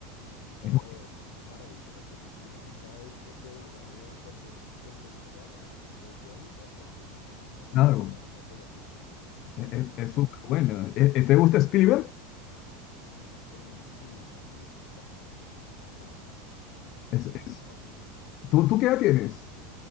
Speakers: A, on the left (about 70°); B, on the left (about 50°).
A: No,
B: es,
A: es una maravilla de película y cada vez que puedo la veo donde, es- donde la agarre, desde ahí hasta el final. No me
B: claro,
A: puedo levantar del asiento.
B: es, es
A: No,
B: súper buena. ¿Te gusta Spielberg?
A: es tremendo. Sí, también, también, bastante.
B: Es,
A: Me
B: es-
A: gusta mucho.
B: ¿Tú, tú qué edad tienes?